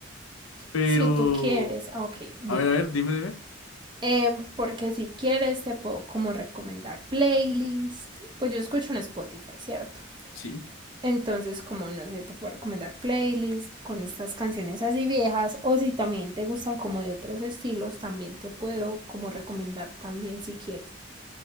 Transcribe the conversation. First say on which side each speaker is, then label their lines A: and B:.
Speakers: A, on the left; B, on the right.
A: pero
B: Si tú quieres, ah, ok, dime.
A: a ver, a ver, dime, dime.
B: Eh, porque si quieres te puedo como recomendar playlist. Pues yo escucho en Spotify, ¿cierto?
A: Sí.
B: Entonces, como no sé, te puedo recomendar playlists con estas canciones así viejas o si también te gustan como de otros estilos, también te puedo como recomendar también si quieres.